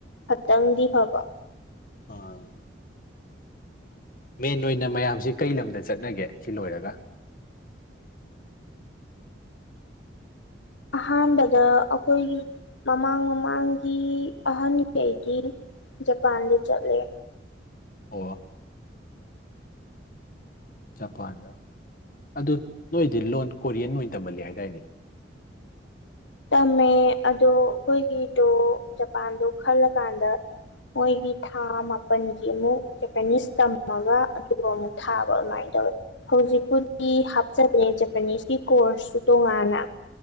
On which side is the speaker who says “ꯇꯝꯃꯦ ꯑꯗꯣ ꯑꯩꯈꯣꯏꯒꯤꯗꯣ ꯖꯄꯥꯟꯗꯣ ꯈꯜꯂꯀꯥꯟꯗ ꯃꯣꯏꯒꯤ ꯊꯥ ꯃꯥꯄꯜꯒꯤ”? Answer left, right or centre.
Left